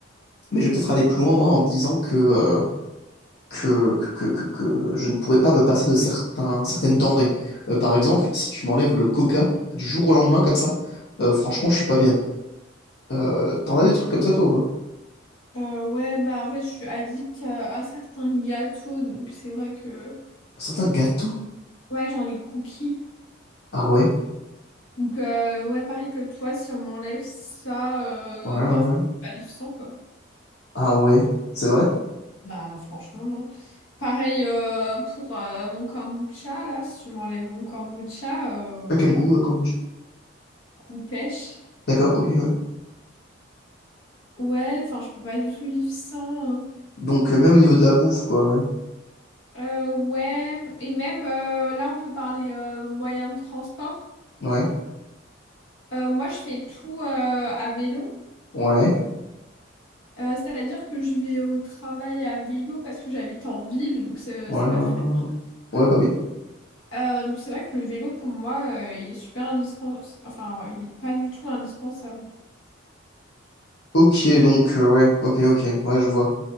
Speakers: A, on the left (about 55°); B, on the left (about 80°).
A: mais je vais peut-être aller plus loin, moi, en me disant que, euh, que, que, que, que- que je ne pourrais pas me passer de certains, certaines denrées. Euh, par exemple, si tu m'enlèves le coca du jour au lendemain, comme ça, euh, franchement, je suis pas bien. Euh, t'en as des trucs comme ça, toi, ou pas?
B: Euh, ouais, bah en fait, je suis addict euh, à certains gâteaux, donc c'est vrai que
A: Certains gâteaux?
B: ouais, genre les cookies.
A: Ah ouais?
B: Donc, euh, ouais, pareil que toi, si on m'enlève ça, euh,
A: Ouais, ouais,
B: bah, en fait,
A: ouais.
B: je peux pas vivre sans, quoi.
A: Ah ouais? C'est vrai?
B: Bah, franchement, non. Pareil euh, pour euh, mon kombucha, là, si tu m'enlèves mon kombucha, euh,
A: À quel goût, euh, kombucha?
B: goût pêche.
A: D'accord, ok, ouais.
B: Ouais, enfin, je peux pas du tout vivre sans. hein.
A: Donc, euh, même au niveau de la bouffe, quoi, ouais.
B: Euh, ouais, et même euh, là, on peut parler euh, moyens de transport.
A: Ouais,
B: Euh, moi, je fais tout euh, à vélo.
A: ouais,
B: Euh, c'est-à-dire que je vais au travail à vélo parce que j'habite en ville, donc c'est
A: ouais,
B: c'est
A: euh,
B: pas très
A: ouais, Ouais, bah oui.
B: Euh, donc c'est vrai que le vélo pour moi euh, il est super indispensable, enfin il est pas du tout indispensable.
A: Ok, donc, euh, ouais, ok, ok, ouais, je vois.